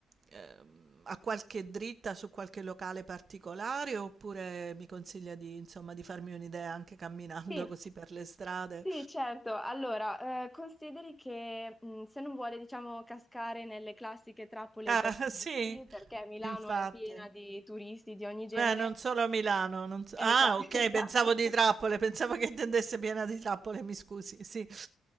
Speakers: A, on the right; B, in the centre.
A: ehm, a qualche dritta su qualche locale particolare oppure mi consiglia di, insomma, di farmi un'idea anche camminando
B: Sì,
A: così per le strade?
B: sì, certo. Allora, eh, consideri che mh, se non vuole, diciamo, cascare nelle classiche trappole
A: Ah,
B: per turisti,
A: <laughs> sì,
B: perché Milano
A: infatti.
B: è piena di turisti di ogni genere,
A: Beh, non solo a Milano. non so-
B: Esa-
A: Ah, ok,
B: <laughs> esatto,
A: pensavo di trappole, pensavo che intendesse piena di trappole, mi scusi. Sì.